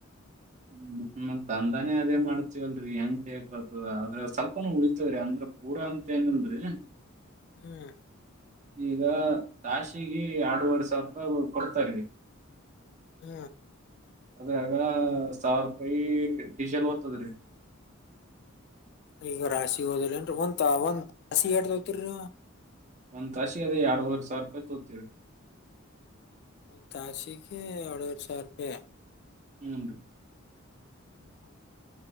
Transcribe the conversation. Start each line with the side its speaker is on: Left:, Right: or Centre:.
Right: ಹ್ಮ್ ಮತ್ತ್ ದಂದಾನೇ ಅದೇ ಮಾಡ್ತವಲ್ರಿ ಹೆಂಗ ತೇಗಕ್ಬರ್ತದ ಆದ್ರೆ ಸ್ವಲ್ಪನ ಉಳಿತೇದ ರೀ ಅಂದ್ರ ಪೂರಾ ಅಂತ ಏನಿಲ್ರಿ
Left: ಹ್ಮ್
Right: ಈಗ ರಾಶಿಗೆ ಎರಡು ವರೆ ಸಾವಿರ ರೂಪಾಯಿ ಕೊಡ್ತಾರಿ
Left: ಹ್ಮ್
Right: ಅದ್ರಾಗ ಸಾವಿರ ರೂಪಾಯಿ ಡೀಸೆಲ್ ಹೋತದರಿ
Left: ಈಗ ರಾಶಿ ಹೋದಿಲ್ಲನ್ರಿ ಒಂದ ಒಂದ್ ರಾಶಿ ಎಟ್ ತಗೋಂತಿರಿ ನೀವ
Right: ಒಂದ್ ತಾಸಿಗೆ ರೀ ಎರಡು ವರೆ ಸಾವಿರ ರೂಪಾಯಿ ತಗೋಂತಿವಿ ರೀ
Left: ಒಂದ ತಾಸಿಗೆ ಎರಡು ವರೆ ಸಾವಿರ ರೂಪಾಯಿ
Right: ಹೂನ್ ರೀ
Left: ಹ್ಮ್ ಹ್ಮ್